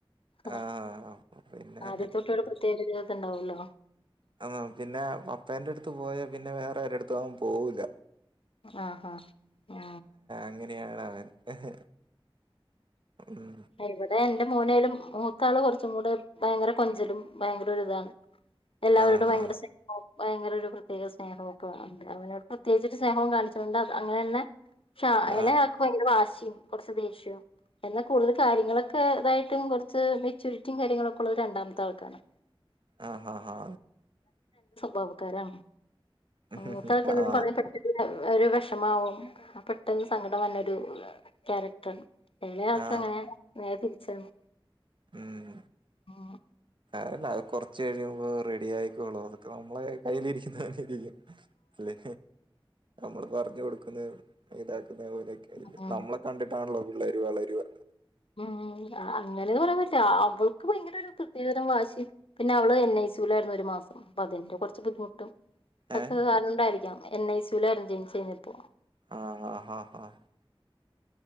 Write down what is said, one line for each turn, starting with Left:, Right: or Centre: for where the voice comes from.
Left: ആ
Right: ആഹ് പിന്നെ
Left: ആദ്യത്തെ കുട്ടിയോട് ഒരു പ്രത്യേക ണ്ടാവല്ലോ
Right: ആ പിന്നെ പപ്പേന്റെ അടുത്ത് പോയാ പിന്നെ വേറെ ഒരുരുടുത്ത് അവൻ പോകൂല
Left: ആ ആ. ആ.
Right: അങ്ങനെയാണ് അവൻ. ഉം
Left: ഇവിടെ എ എന്റെ മൂനേയിലും മൂത്താള് കുറച്ചും കൂടെ ഭയങ്കര കൊഞ്ചിലും ഭയങ്കര ഇതാണ് എല്ലാവരോടും
Right: ആഹ്
Left: ഭയങ്കര സ്നേഹോം ഭയങ്കര ഒരു പ്രത്യേക സ്നേഹവും ഒക്കെ ഉണ്ട് അവനോട് പ്രത്യേകിച്ചൊരു സ്നേഹവും കാണിച്ചകൊണ്ട് അങ്ങനെതന്നെ പക്ഷേ
Right: ആഹ്
Left: ഇളയാൾക് ഭയങ്കര വാശിയും കുറച്ച് ദേഷ്യവും എന്നാൽ കൂടുതൽ കാര്യങ്ങളൊക്കെ എന്നാ കൂടുതൽ കാര്യങ്ങളൊക്കെ ഇതായിട്ടും കുറച്ച് മെച്യൂരിറ്റിയും കാര്യങ്ങളൊക്കെ രണ്ടാമത്തെ ആൾക്കാണ്‌
Right: ആ ആ ആ
Left: ഭാവക്കാരാണ്
Right: അതെ
Left: ർത്തൊക്കെ <unintelligible> എന്തും
Right: ആഹ്
Left: പറയാൻ പറ്റ ഒരു വിഷമാവുംവും ആ പെട്ടെന്ന് സങ്കടം വന്നരു ക്യാരക്ടർണ് ഇലയാക്ക
Right: ആഹ്
Left: <unintelligible> അങ്ങനെ നേരെ തിരിച്ചാണ്
Right: ഉം
Left: ഉം
Right: അതല്ല അത് കൊറ ച്ച് കഴിയുമ്പോ റെഡി ആയിക്കോളും അതൊക്കെ നമ്മളെ കയ്യിലി രിക്കുന്നപോണക്കിരിക്കും. അല്ലേ നമ്മള് പറഞ്ഞു കൊടുക്കുന്ന ഇതാക്കുന്ന പോലെയൊക്കെ ഇ
Left: ഉം
Right: നമ്മളെ കണ്ടിട്ടാണല്ലോ പിള്ളേരുവ വളരുവ
Left: ആ <unintelligible> അങ്ങനെയന്ന് പറയാൻ പറ്റ അവൾക്ക് ഭയങ്കര ഒരു പ്രത്യേകതരംാശി പിന്നെ അവള് എൻ ഐ സുായിരുന്നു മാം പ്പതിന്റെ കുറച്ച് ബുദ്ധിമുട്ടും അക്ക
Right: ഏഹ്
Left: അതുകൊണ്ടായിരിക്കാം എൻ ഐ സുലായിരുന്നു ജനിച്ചു കഴിഞ്ഞപ്പോ.
Right: ആഹ് ആഹ് ആഹ് ആഹ്